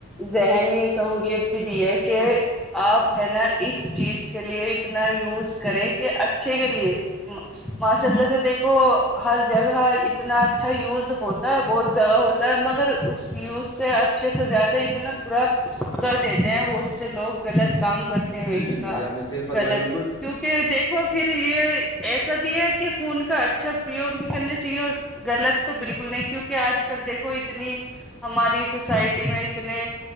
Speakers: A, in the centre; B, on the left.
A: ذہنی سہولیت بھی دی ہے کہ آپ ہے نا اس چیز کے لیے اتنا یوز کریں کہ اچھے کے لیے ن <inaudible> ماشاء اللہ سے دیکھو ہر جگہ اتنا اچھا یوز ہوتا ہے بہت جگہ ہو مگر اس یوز سے اچھے سے زیادہ اتنا برا کر دیتے ہیں وہ اس سے لوگ غلط کام کرتے ہیں
B: جی
A: اس
B: جی بھائی
A: کا
B: جی آپ نے صحیح فرمایا
A: غلط
B: بالکل
A: کہ دیکھو پھر یہ ایسا بھی ہے کہ فون کا اچھا پرریوگ بھی کرنا چاہیے اور غلط تو بالکل نہیں کیونکہ آج کل دیکھو اتنی ہماری سوسائٹی میں اتنے